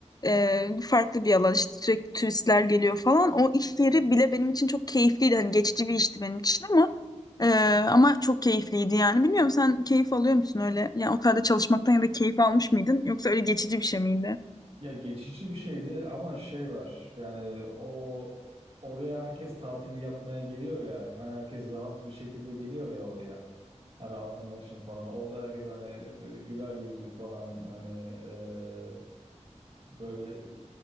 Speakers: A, on the left; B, on the right.
A: e, farklı bir alan işte sürekli turistler geliyor falan. O iş yeri bile benim için çok keyifliydi. Hani geçici bir işti benim için ama Ee, ama çok keyifliydi yani. Bilmiyorum sen keyif alıyor musun öyle? Yani otelde çalışmaktan ya da keyif almış mıydın? Yoksa öyle geçici bir şey miydi?
B: Ya geçici bir şeydi ama şey var yani o oraya herkes tatili yapmaya geliyor ya yani herkes rahat bir şekilde geliyor ya oraya ha, rahatlamak için falan orada herkes hani böyle güler yüzlü falan hani e, böyle